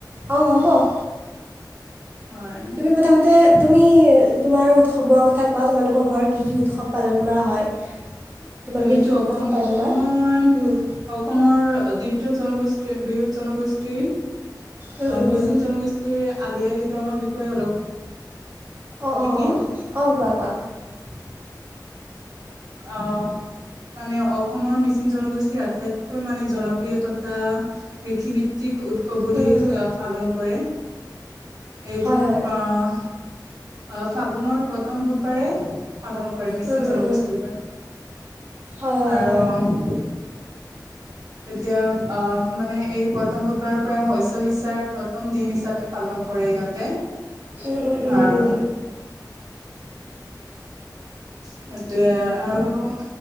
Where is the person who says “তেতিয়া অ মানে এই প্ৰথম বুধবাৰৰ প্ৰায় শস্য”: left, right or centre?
Right